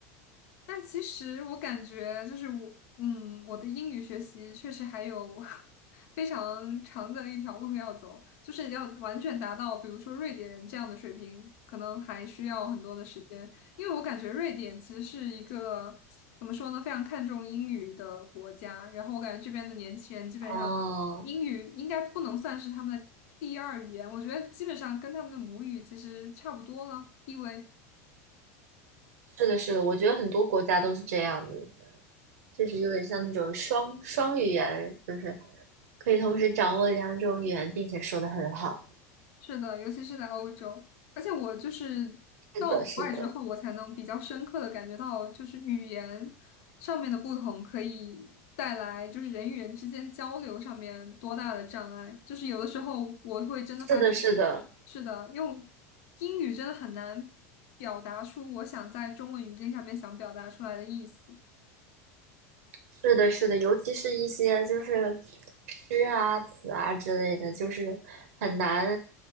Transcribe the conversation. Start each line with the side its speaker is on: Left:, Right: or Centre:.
Left: 但其实我感觉就是我，嗯，我的英语学习确实还有 <laughs> 非常长的一条路要走，就是要完全达到，比如说瑞典人这样的水平，可能还需要很多的时间。因为我感觉瑞典其实是一个怎么说呢，非常看重英语的国家。然后我感觉这边的年轻人基本上
Right: 哦，
Left: 英语应该不能算是他们的第二语言，我觉得基本上跟他们的母语其实差不多了，地位。
Right: 是的，是的，我觉得很多国家都是这样子，就是有点像那种双双语言，就是可以同时掌握两种语言，并且说的很好。
Left: 是的，尤其是在欧洲，而且我就是到国外之后，
Right: 是的，是的。
Left: 我才能比较深刻的感觉到，就是语言上面的不同可以带来就是人与人之间交流上面多大的障碍。就是有的时候我会真的发现，
Right: 是的，是的，
Left: 是的，用英语真的很难表达出我想在中文语境下面想表达出来的意思。
Right: 是的，是的，尤其是一些就是诗啊、词啊之类的，就是很难